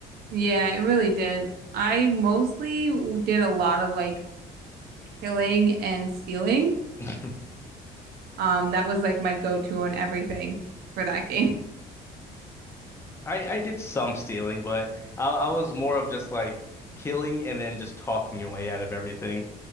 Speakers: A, on the right (about 65°); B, on the left (about 15°).
A: Yeah, it really did. I mostly did a lot of like killing and stealing.
B: <laughs>
A: Um, that was like my go-to on everything for that game.
B: I I did some stealing, but I I was more of just like killing and then just talking your way out of everything.